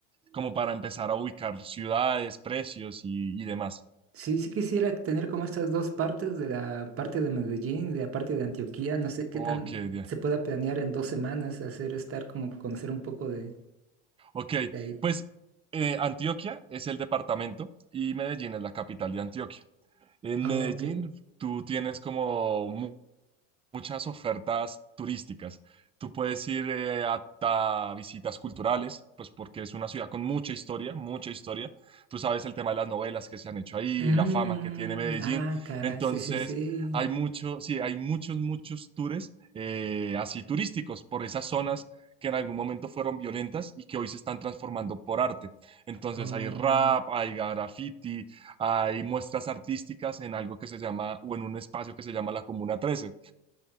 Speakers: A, on the right; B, on the right.
A: como para empezar a ubicar ciudades, precios y, y demás.
B: Sí, sí quisiera tener como estas dos partes de la parte de Medellín, de la parte de Antioquía. No sé qué
A: Ok,
B: tan
A: bien.
B: se pueda planear en dos semanas hacer estar como conocer un poco de,
A: Ok,
B: de ahí.
A: pues eh, Antioquia es el departamento y Medellín es la capital de Antioquia. En
B: Oh,
A: Medellín
B: ok.
A: tú tienes como muchas ofertas turísticas. Tú puedes ir eh, hasta visitas culturales, pues porque es una ciudad con mucha historia, mucha historia. Tú sabes el tema de las novelas que se han hecho ahí,
B: Mm,
A: la fama que tiene Medellín.
B: ah, cara,
A: Entonces,
B: sí, sí, sí.
A: hay mucho, sí, hay muchos, muchos tours eh, así turísticos por esas zonas que en algún momento fueron violentas y que hoy se están transformando por arte. Entonces
B: Oh,
A: hay rap, hay graffiti, hay muestras artísticas en algo que se llama, o en un espacio que se llama la Comuna 13.